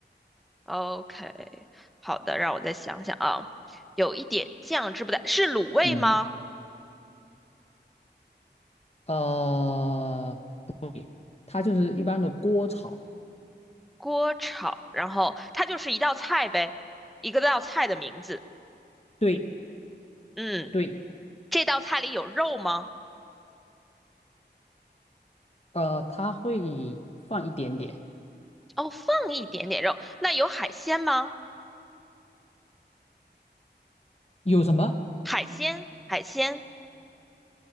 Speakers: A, in the centre; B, on the left (about 35°).
A: ？OK，好的，让我再想想啊，有一点酱汁不带，是卤味吗？
B: 嗯，呃，对，它就是一般的锅炒，
A: 锅炒，然后它就是一道菜呗，一个道菜的名字。
B: 对
A: 嗯，
B: 对，
A: 这道菜里有肉吗？
B: 呃，他会放一点点，
A: 哦，放一点点肉，那有海鲜吗？
B: 有什么？
A: 海鲜，海鲜